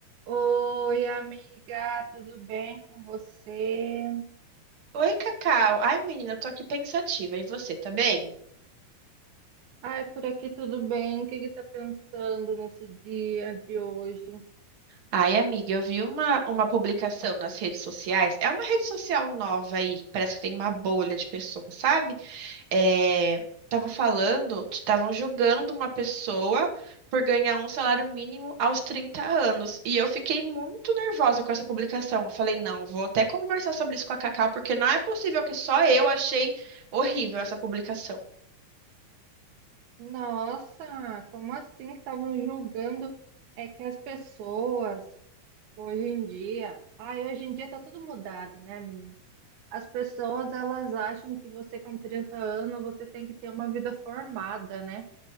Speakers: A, on the right (about 70°); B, on the right (about 50°).
A: Oi, amiga, tudo bem com você?
B: Oi, Cacau. Ai, menina, eu tô aqui pensativa. E você, tá bem?
A: Ai, por aqui tudo bem. O que que tá pensando nesse dia de hoje?
B: Ai, amiga, eu vi uma, uma publicação nas redes sociais. É uma rede social nova aí. Parece que tem uma bolha de pessoas, sabe? É, tava falando, estavam julgando uma pessoa por ganhar um salário mínimo aos 30 anos. E eu fiquei muito nervosa com essa publicação. Eu falei, não, vou até conversar sobre isso com a Cacau, porque não é possível que só eu achei horrível essa publicação.
A: Nossa, como assim que estavam julgando é que as pessoas hoje em dia, ai, hoje em dia tá tudo mudado, né, menina? As pessoas elas acham que você com 30 anos você tem que ter uma vida formada, né?